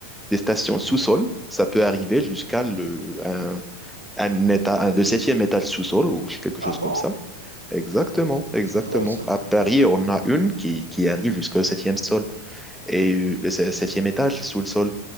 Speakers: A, in the centre; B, on the right.
A: des stations sous-sol. Ça peut arriver jusqu'à le, un, un éta- un- le septième étage sous-sol ou quelque
B: Ah
A: chose
B: bon?
A: comme ça. Exactement, exactement.
B: C'est drôle ça.
A: À Paris,
B: D'accord.
A: on a une qui, qui arrive jusqu'au septième sol et euh, le se- septième étage sous le sol.